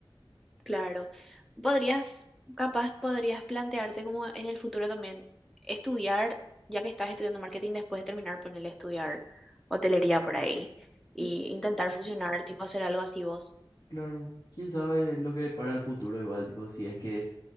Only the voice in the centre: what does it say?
Claro. Podrías, capaz podrías plantearte como en el futuro también estudiar, ya que estás estudiando marketing después de terminar, ponerle estudiar hotelería por ahí y
intentar
fusionar, tipo hacer algo así vos.